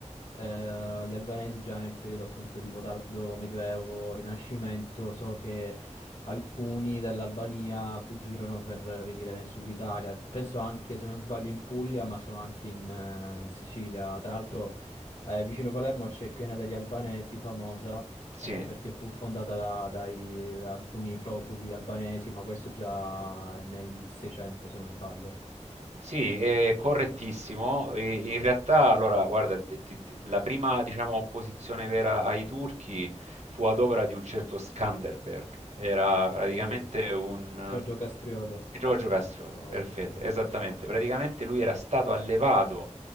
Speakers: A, on the left; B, on the right.
A: eh, gli albanesi già nel periodo appunto tipo tardo Medioevo, Rinascimento, so che alcuni dell'Albania fuggirono per venire nel sud Italia, penso anche se non sbaglio in Puglia, ma so anche in, eh, in Sicilia, tra l'altro eh, vicino Palermo c'è Piana degli Albanesi famosa
B: Sì,
A: eh, perché fu fondata da, dai- da alcuni profughi albanesi, ma questo già nel 600, se non sbaglio.
B: Sì, è correttissimo. E in realtà, allora, guarda, d- d- d- la prima, diciamo, opposizione vera ai turchi fu ad opera di un certo Skanderberg. Era praticamente
A: Sì,
B: un...
A: Giorgio Castriota,
B: eh, Giorgio Castriota,
A: lo conosco,
B: perfetto,
A: sì, sì.
B: esattamente.
A: sì.
B: Praticamente lui era stato allevato